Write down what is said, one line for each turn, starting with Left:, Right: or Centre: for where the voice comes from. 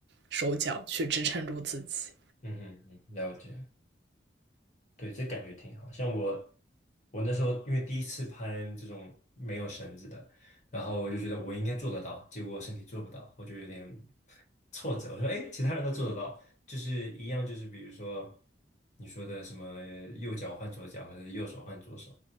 Right: 手脚去支撑住自己。
Left: 嗯哼，嗯了解。对，这感觉挺好。像我，我那时候因为第一次拍这种没有绳子的，然后我就觉得我应该做得到，结果身体做不到，我就有点挫折。我说，哎，其他人都做得到，就是一样，就是比如说你说的什么右脚换左脚，或者是右手换左手，